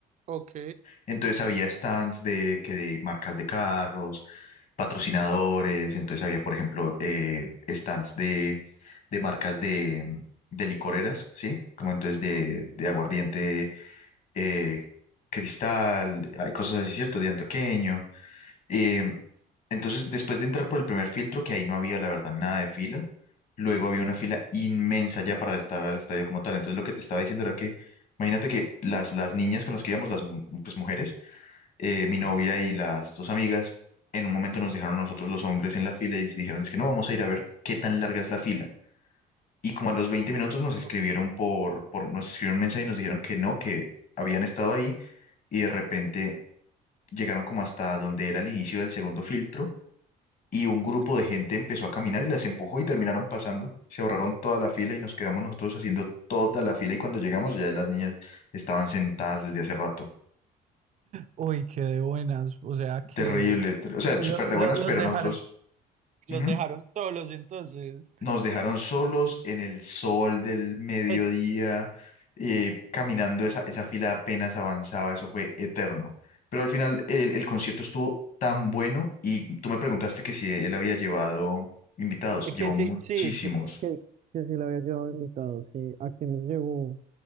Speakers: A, on the right (about 45°); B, on the left (about 55°).
A: ok.
B: Entonces había stands de, que de marcas de carros, patrocinadores, entonces había, por ejemplo, eh, stands de, de marcas de, de licoreras, ¿sí? Como entonces de,
A: ok,
B: de aguardiente eh, cristal, hay cosas así, ¿cierto? De antioqueño. eh, entonces, después de entrar por el primer filtro, que ahí no había, la verdad, nada de fila, luego había una
A: ok,
B: fila inmensa ya para estar al estadio como tal. Entonces, lo que te estaba diciendo era que, imagínate que las, las niñas con las que íbamos, las mu- pues, mujeres, eh, mi novia
A: ujú,
B: y las dos amigas, en un momento nos dejaron a nosotros los hombres en la fila y dijeron, es que no, vamos a ir a ver qué tan larga es la fila. Y como a los 20 minutos nos escribieron
A: ok,
B: por, por, nos escribieron un mensaje y nos dijeron que no, que habían estado ahí y de repente llegaron como hasta donde era el inicio del segundo filtro y un grupo
A: ok.
B: de gente empezó a caminar y las empujó y terminaron pasando. Se ahorraron toda la fila y nos quedamos nosotros haciendo toda la fila y cuando llegamos ya las niñas estaban sentadas desde hace rato.
A: Uy, qué de buenas. O sea que
B: Terrible, ter- o sea,
A: Lo-
B: súper de
A: lo-
B: buenas,
A: los
B: pero
A: dejaron,
B: nosotros
A: los
B: ujú,
A: dejaron solos, entonces.
B: nos dejaron solos en el sol del mediodía,
A: Ay,
B: eh, caminando, esa, esa fila apenas avanzaba, eso fue eterno. Pero al final el, el concierto estuvo tan bueno y tú me preguntaste que si él había llevado invitados,
A: que
B: llevó
A: claro.
B: muchísimos.
A: sí, sí. que- Que, sí le había llevado invitado, sí. ¿A quiénes llegó?